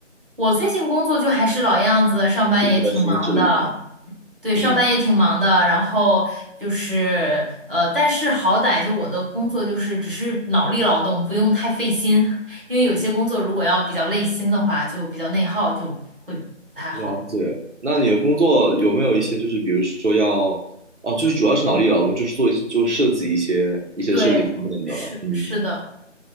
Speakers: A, on the right; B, on the right.
A: 我最近工作就还是老样子，上班也挺忙的，
B: 最近在实验室里。
A: 对，
B: 嗯，
A: 上班也挺忙的。然后就是呃，但是好歹就我的工作就是只是脑力劳动，不用太费心，因为有些工作如果要比较累心的话，就比较内耗，就会不太好了。
B: 了解。那你的工作有没有一些，就是比如说要，哦，就是主要是脑力劳动，就是做做设计一些一些设计方面的。
A: 对，是是的，
B: 嗯，